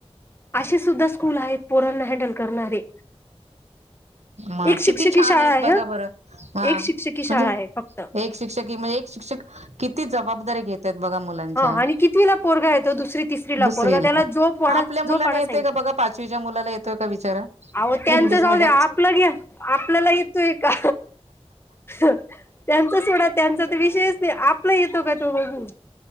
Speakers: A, on the left; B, on the right.
A: असे सुद्धा स्कूल आहेत पोरांना हँडल करणारे
B: म
A: एक शिक्षकी
B: किती छान
A: शाळा
B: आहेत
A: आहे
B: बघा
A: ह
B: बरं हा
A: एक शिक्षकी
B: म्हणजे
A: शाळा आहे फक्त
B: एक शिक्षक म्हणजे एक शिक्षक किती जबाबदारी बा मुलांच्या
A: हा आणि कितवीला पोरगा येतो दुसरी तिसरीला
B: दुसरीला
A: पोरगा त्याला जो पाढा
B: आपल्या मुलांना
A: जो पाढा
B: येत
A: सांगितला
B: का ब ब पाचवीच्या मुलाला येतोय का विचारा
A: अहं त्यांचं
B: इंग्लिश
A: जाऊ
B: मिडियम
A: द्या आपलं घ्या आपल्याला येतो ए का त्यांचा सोडा त्यांचा तर विषयच नाही आपला येतो का तो बघून